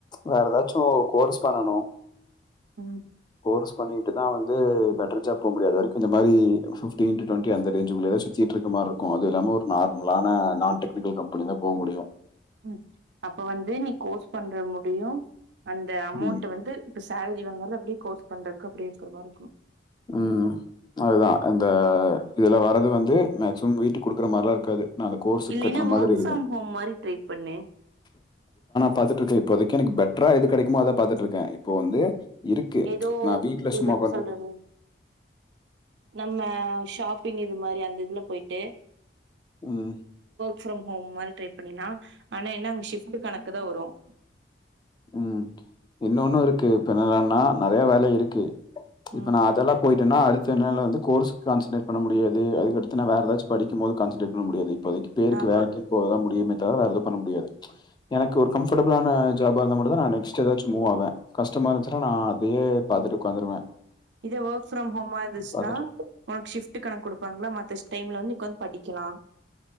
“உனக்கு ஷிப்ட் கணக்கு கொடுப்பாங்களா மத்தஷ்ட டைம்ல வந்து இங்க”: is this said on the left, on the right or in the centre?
Right